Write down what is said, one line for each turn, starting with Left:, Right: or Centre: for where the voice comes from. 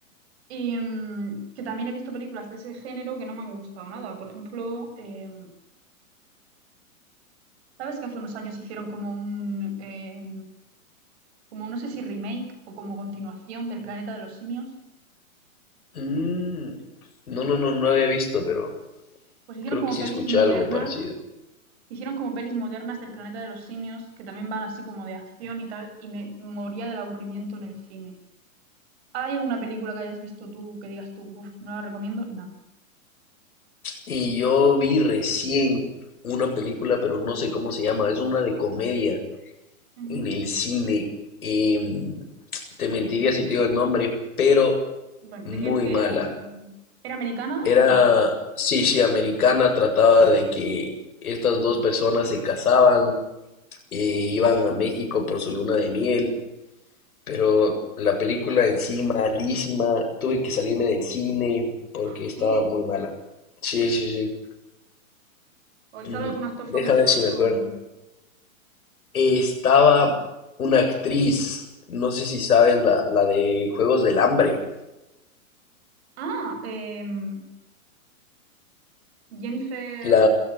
Right: Y mm, que también he visto películas de ese género que no me han gustado nada. Por ejemplo, eh, ¿sabes que hace unos años hicieron como un, eh, como no sé si remake o como continuación del Planeta de los Simios?
Left: mm. No, no, no, no había visto, pero
Right: Pues hicieron
Left: creo
Right: como
Left: que sí
Right: pelis
Left: escuché
Right: modernas,
Left: algo parecido.
Right: hicieron como pelis modernas del Planeta de los Simios que también van así como de acción y tal, y me moría del aburrimiento en el cine. ¿Hay alguna película que hayas visto tú que digas tú, "Uf, no la recomiendo? Nada.
Left: Y yo vi recién una película, pero no sé cómo se llama, es una de comedia
Right: Ujú.
Left: en el cine. Em, te mentiría si te digo el nombre, pero
Right: Bueno,
Left: muy
Right: ¿de qué, qué
Left: mala.
Right: era? Mm, ¿Era americana
Left: Era,
Right: o...?
Left: sí, sí, americana, trataba de que estas dos personas se casaban, eh,
Right: Sí.
Left: iban a México por su luna de miel, pero la película en sí malísima, tuve que salirme del cine porque
Right: ¿Sí?
Left: estaba muy mala. Sí, sí, sí.
Right: ¿O
Left: Mm,
Right: sale algún actor
Left: deja
Right: famoso?
Left: ver si me acuerdo.
Right: O-
Left: eh, Estaba una actriz, no sé si sabes, la, la de Juegos del Hambre.
Right: Ah, em, Jennifer
Left: La,